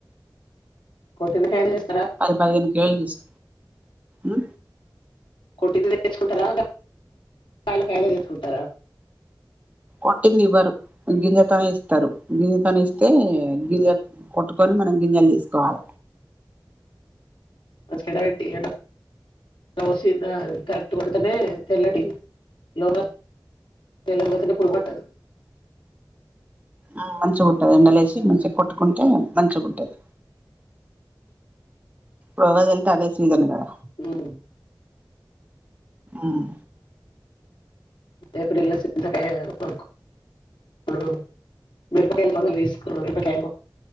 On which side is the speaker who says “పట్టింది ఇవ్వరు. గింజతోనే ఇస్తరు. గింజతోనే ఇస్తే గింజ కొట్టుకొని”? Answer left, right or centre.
Right